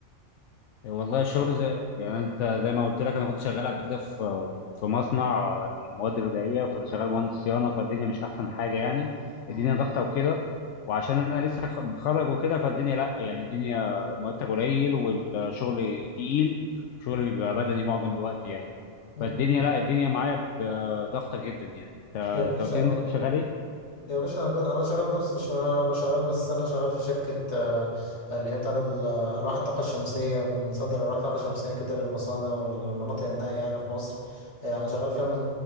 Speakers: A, on the left; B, on the left.
A: والله الشغل زي يعني انت زي ما قلت لك انا كنت شغال قبل كده في في مصنع المواد الغذائيه فانا شغال مهندس صيانه فالدنيا مش احسن حاجه يعني
B: مم.
A: الدنيا ضغطه وكده وعشان انا لسه خ- متخرج وكده فالدنيا لا يعني الدنيا مرتب قليل والشغل تقيل شغل بيبقى بدني معظم الوقت يعني
B: مم.
A: فالدنيا لا الدنيا معايا ب- ضغطه جدا يعني انت انت
B: <laughs> يا باشا
A: قلت لي انت كنت شغال ايه
B: يا باشا انا كنت- انا شغال نفس الشغل انا بشغال بس انا شغال في شركه آه، اللي هي بتاعه ال- آه، الواح الطاقه الشمسيه بنصدر الواح الطاقه الشمسيه كده للمصانع والمناطق النائيه يعني في مصر آه، يعني شغال فيها من